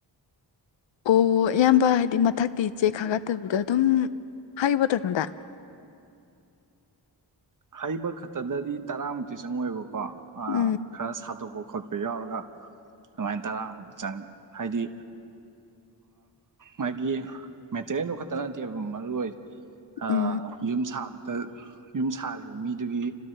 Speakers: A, on the left; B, on the right.
A: ꯑꯣ ꯑꯌꯥꯝꯕ ꯍꯥꯏꯗꯤ ꯃꯊꯛꯇꯤ ꯏ ꯆꯦꯛ ꯈꯥꯒꯠꯇꯕꯤꯗ ꯑꯗꯨꯝ ꯍꯥꯏ ꯄꯇꯗꯨꯗ
B: ꯍꯩꯕ ꯈꯛꯇꯗꯗꯤ ꯇꯔꯥꯃꯨꯛꯇꯤ ꯆꯪꯉꯣꯏꯕꯀꯣ ꯑ
A: ꯎꯝ
B: ꯈꯔ ꯁꯥꯠꯇꯣꯛꯄ ꯈꯣꯠꯄ ꯌꯥꯎꯔꯒ ꯑꯗꯨꯃꯥꯏꯅ ꯇꯔꯥꯃꯨꯛ ꯆꯪꯉꯤ ꯍꯥꯏꯗꯤ ꯃꯥꯒꯤ ꯃꯦꯇꯔꯤꯌꯦꯜ ꯂꯧꯣꯛꯈꯠꯇ ꯅꯠꯇꯦ ꯑꯗꯨꯝ ꯃꯔꯨ ꯑꯣꯏ ꯑ
A: ꯎꯝ
B: ꯌꯨꯝ ꯁꯥꯕꯗ ꯌꯨꯝ ꯁꯥꯔꯤ ꯃꯤꯗꯨꯒꯤ